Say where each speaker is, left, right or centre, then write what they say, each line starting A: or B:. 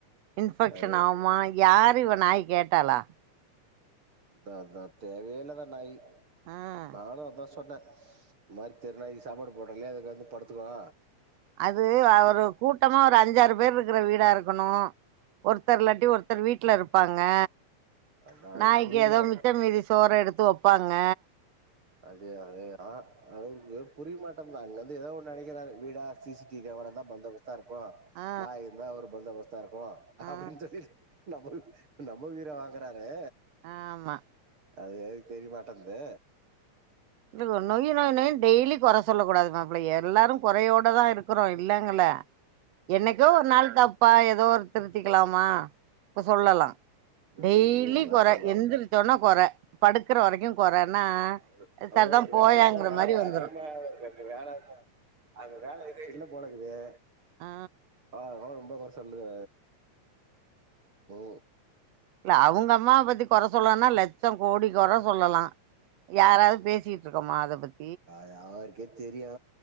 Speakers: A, on the right (about 65°); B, on the right (about 45°).
A: இன்ஃபெக்ஷன்
B: அது
A: ஆவ்மா யார் தி இவ நாய் கேட்டாளா
B: தா அத்தா தேவையேலதா நாயி
A: ம்
B: நானு அதா சொன்னே மாரி தெரு நாய் சாப்பாடு போட்டோ இலே அதுக் வந்து படுத்துவா
A: அது அவ்ரு கூட்டமா ஒரு அஞ்சாறு பேர் இருக்ற வீடா இருக்கணு ஒர்த்தர்லாட்டி ஒர்த்தர் வீட்ல இருப்பாக் அங்க
B: அதா அவருக்கு
A: நாய்க்
B: புரியல
A: எதோ
B: அவரு
A: மிச்ச மீதி சோற எடுத்து வொப் ப்பாங்க
B: அது அதேரா அவ்ருக்கு புரிய மாட்டன்து அல்லந்து ஏதாவ் ஒ நெனைக்கிறாரு வீடா சிசிடிவி கேமரான்ந்தா பந்தா பஸ் தா இருக்கு
A: ஆ
B: நா இருந்தா அவர் பந்தாபஸ் தா இருக்கு
A: ஆ
B: அப்டின் சொல்லி நம்மரு நம்ம வீரோ வாங்குறாரே
A: ஆமா
B: அது தெரிய மாட்டன்து
A: இதுகோ நொய் நொய் நொய் டெய்லி கொற சொல்லக் கூடாது மாப்ளே எல்லாரு கொறையோட் டதா இருக்குறோ இல்லங்கள என்னக்கோ ஒர் நாள் தப்பா எத் தோர் திருத்திக்கலாமா இப்ப சொல்லலா
B: ம்
A: டெய்லி
B: ம் வாஸ்தவந்தா
A: கொற எந்திரிச்சோனா கொற படுக்ற வரைக்கு கொறன்னா
B: அவ்ருக் அவ்ரு
A: சரிதா போயாங்கிற
B: வேற என்ன வேல
A: மாரி
B: அடிக்மா
A: வந்துரு
B: அவர்க் அந்து வேலதா அந்த வேலை இல்லே என்னப் போலக்குதே
A: ஆ
B: ஆ வ ஒம்ப கொற சொல்லுவ நீ
A: ல்ல அவுங்க அம்மாவ பத்தி கொற சொல்லானா லெச்சோ கோடி கொற சொல்லலா யாராவ் பேசிட்ருக்கோமா அத பத்
B: ஆரு அவர்க்கே தெரியு